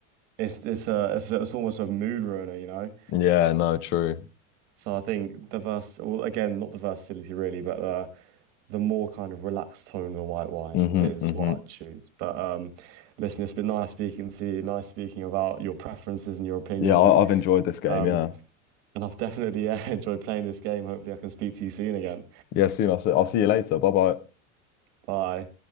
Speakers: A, on the right (about 45°); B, on the left (about 30°).
A: It's it's a it's, it's almost a mood ruiner, you know.
B: Yeah, no, true.
A: So I think the vers well again not the versatility really, but uh the more kind of relaxed tone of a white wine
B: hmm
A: is
B: hmm
A: what I'd choose. But um, listen, it's been nice speaking to you, nice speaking about your preferences and your opinions.
B: Yeah, I, I've enjoyed this game.
A: Um,
B: Yeah.
A: and I've definitely uh, <laughs> enjoyed playing this game. Hopefully, I can speak to you soon again.
B: Yeah, soon. I'll see, I'll see you later. Bye bye.
A: Bye.